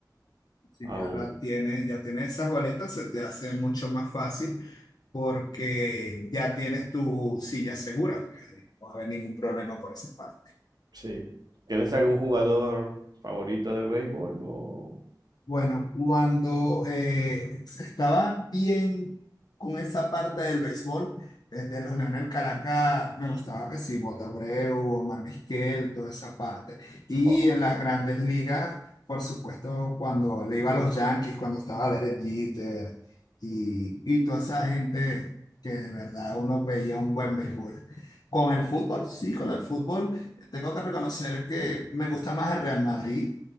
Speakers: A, on the left; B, on the right.
A: Si
B: Aún,
A: ya la tienes, ya tienes esas boletas, se te hace mucho más fácil porque ya tienes tu silla segura. pues, ahí No va a haber ningún problema por esa parte.
B: sí. ¿Tienes algún jugador favorito de béisbol? O...
A: Bueno, cuando eh, estaba bien con esa parte del béisbol, desde los Leones del Caracas, me gustaba que sí, Bota Abreu, Omar Vizquel, toda esa parte. Y
B: Fua,
A: en las grandes ligas, por supuesto, cuando le iba a los Yankees, cuando estaba Derek Jeter y, y toda esa gente que de verdad uno veía un buen béisbol. Con el fútbol, sí, con el fútbol, tengo que reconocer que me gusta más el Real Madrid